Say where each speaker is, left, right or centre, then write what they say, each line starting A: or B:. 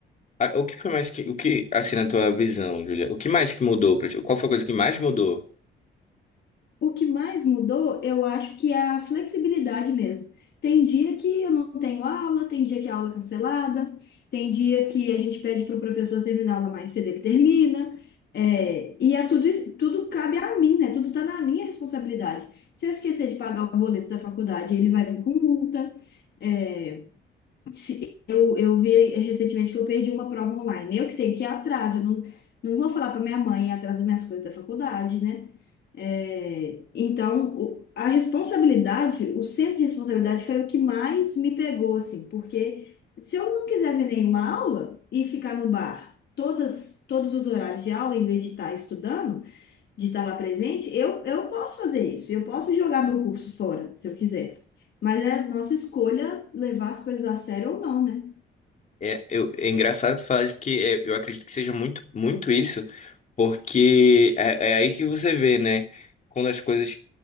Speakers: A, on the left; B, on the left.
A: Ah, O que foi mais que, o que, assim, na tua visão, Julia? O que mais que mudou pra ti? Qual foi a coisa que mais mudou?
B: O que mais mudou, eu acho que é a flexibilidade mesmo. Tem dia que eu não tenho aula, tem dia que a aula é cancelada, tem dia que a gente pede para o professor terminar a aula mais cedo, ele termina. É, e é tudo, isso- tudo cabe a mim, né? Tudo está na minha responsabilidade. Se eu esquecer de pagar o boleto da faculdade, ele vai vir com multa. É, se- eu, eu vi recentemente que eu perdi uma prova online. Eu que tenho que ir atrás, eu não, não vou falar para minha mãe ir atrás das minhas coisas da faculdade, né? É, então, o- a responsabilidade, o senso de responsabilidade foi o que mais me pegou, assim, porque se eu não quiser ver nenhuma aula e ficar no bar todas, todos os horários de aula, em vez de estar estudando, de estar lá presente, eu, eu posso fazer isso, eu posso jogar meu curso fora, se eu quiser. Mas é nossa escolha levar as coisas a sério ou não, né?
A: É, eu- é engraçado falar isso porque é, eu acredito que seja muito, muito isso, porque é, é aí que você vê, né? Quando as coisas